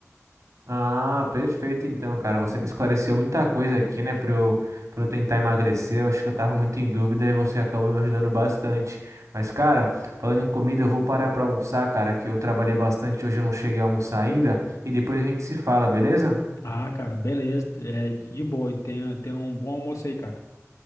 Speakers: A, on the right; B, on the left.
A: Ah, perfeito então, cara. Você me esclareceu muita coisa aqui, né, pra eu, pra eu tentar emagrecer. Eu acho que eu tava muito em dúvida e você acabou me ajudando bastante. Mas, cara, falando em comida, eu vou parar pra almoçar, cara, que eu trabalhei bastante hoje, eu não cheguei a almoçar ainda. E depois a gente se fala, beleza?
B: Ah, cara, beleza, é de boa, e tenha, tenha um bom almoço aí, cara.